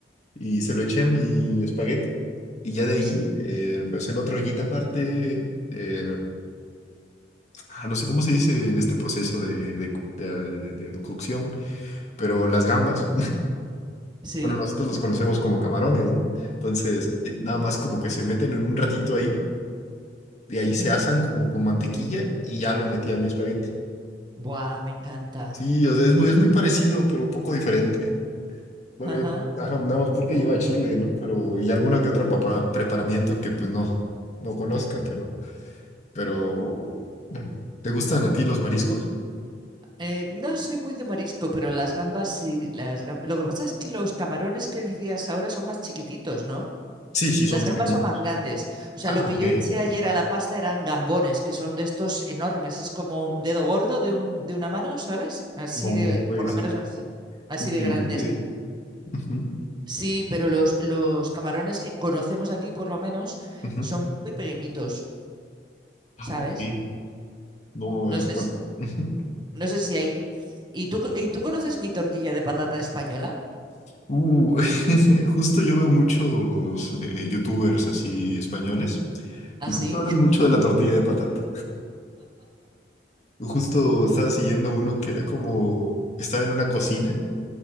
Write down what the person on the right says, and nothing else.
Sí.
Sí,
mm,
Buah, me encanta.
Ajá.
Eh, no soy muy de marisco, pero las gambas sí. Las gam- Lo que pasa es que los camarones que decías ahora son más chiquititos, ¿no?
Las
gambas
son más grandes. O sea,
lo que
yo eché ayer a la pasta eran gambones, que son de estos enormes. Es como un dedo gordo de un, de una mano, ¿sabes? Así
de,
por lo
menos así, así
de grandes.
Sí, pero los, los camarones que conocemos aquí, por lo menos,
son muy pequeñitos,
¿sabes?
No
sé
No sé si ahí. ¿Y tú, y tú conoces mi tortilla de patata española?
¿Ah,
sí?
<laughs>